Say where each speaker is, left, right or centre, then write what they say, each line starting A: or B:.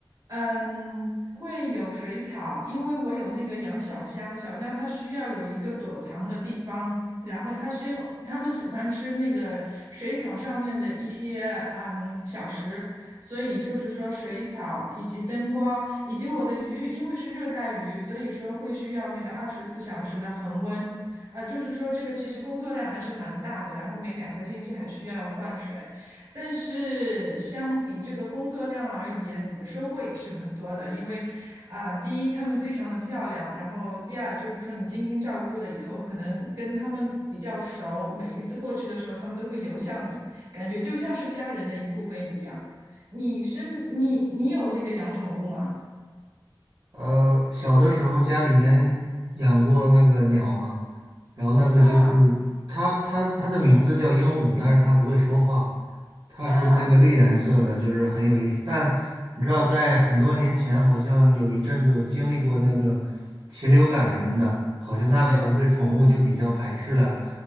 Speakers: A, on the right; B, on the right.
A: 嗯，会有水草，因为我有那个养小虾，小虾它需要有一个躲藏的地方，然后它是它们喜欢吃那个水草上面的一些嗯小食，所以就是说水草以及灯光以及我的鱼，因为是热带鱼，所以说会需要那个二十四小时的恒温。啊，就是说这个其实工作量还是蛮大的，然后每两个星期还需要换水，但是相比这个工作量而言，你的收获也是很多的，因为啊，第一它们非常的漂亮，然后第二就是说你精心照顾了以后，可能跟它们比较熟，每一次过去的时候，它们都会游向你，感觉就像是家人的一部分一样。你是你你有那个养宠物吗？
B: 呃，小的时候家里面养过那个鸟嘛，然后那个就是
A: 啊
B: 它，它它的名字叫鹦鹉，但是它不会说话，它是那个绿颜色的，
A: 啊，
B: 就是很有意思。但你知道，在很多年前，好像有一阵子我经历过那个禽流感什么的，好像那个时候对宠物就比较排斥了。
A: 对